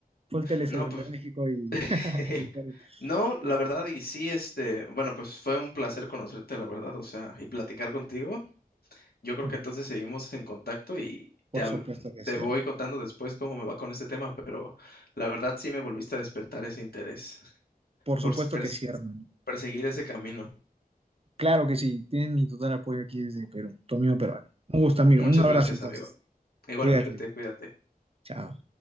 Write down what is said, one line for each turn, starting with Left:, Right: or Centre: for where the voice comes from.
Right: full TLCs
Left: No,
Right: entre
Left: pues
Right: México
Left: <laughs>
Right: y <laughs> el Perú.
Left: No, la
Right: Sí, sí,
Left: verdad,
Right: sí.
Left: y sí, este, bueno, pues fue un placer conocerte, la verdad, o sea, y platicar contigo. Yo creo
Right: Ujú.
Left: que entonces seguimos en contacto y
Right: Por
Left: te, hab-
Right: supuesto que
Left: te
Right: sí,
Left: voy
Right: hermano.
Left: contando después cómo me va con este tema, pero la verdad sí me volviste a despertar ese interés
Right: Por
Left: por
Right: supuesto
Left: s- perse-
Right: que sí, hermano.
Left: perseguir ese camino.
Right: Claro que sí. Tienen mi total apoyo aquí desde Perú, tu amigo peruano. Un gusto, amigo.
Left: Muchas
Right: Un abrazo,
Left: gracias,
Right: entonces.
Left: amigo. Igualmente,
Right: Cuídate.
Left: cuídate.
Right: Chao.